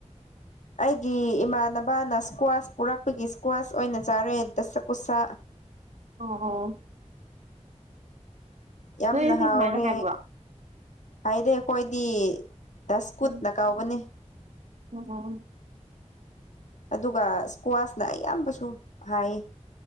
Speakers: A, on the left; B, on the right.
A: ꯑꯩꯒꯤ ꯏꯃꯥꯟꯅꯕꯅ ꯏꯁꯀ꯭ꯋꯥꯁ ꯄꯨꯔꯛꯄꯒꯤ ꯏꯁꯀ꯭ꯋꯥꯁ ꯑꯣꯏꯅ ꯆꯥꯔꯦ ꯗꯁꯀꯨꯁꯥ
B: ꯑꯣ ꯑꯣ
A: ꯌꯥꯝꯅ
B: ꯅꯣꯏꯁꯨ
A: ꯍꯥꯎꯔꯦ
B: ꯁꯨꯃꯥꯏꯅ ꯍꯥꯏꯕ꯭ꯔꯣ
A: ꯍꯥꯏꯗꯤ ꯑꯈꯣꯏꯗꯤ ꯗꯁꯀꯨꯠꯅ
B: ꯎꯝ
A: ꯀꯧꯕꯅꯦ
B: <unintelligible>
A: ꯑꯗꯨꯒ ꯁꯀ꯭ꯋꯥꯁꯅ ꯑꯌꯥꯝꯕꯁꯨ ꯍꯥꯏꯑꯦ